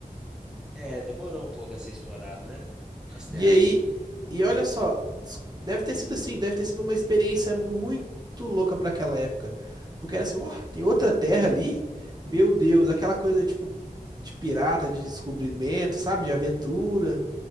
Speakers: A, in the centre; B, on the right.
A: É, demorou um pouco a ser explorado, né? As terras.
B: E aí,
A: aqui.
B: e olha só, des- deve ter sido assim, deve ter sido uma experiência muito louca para aquela época. Porque era assim, ó, tem outra terra ali? Meu Deus, aquela coisa tipo de pirata, de descobrimento, sabe, de aventura.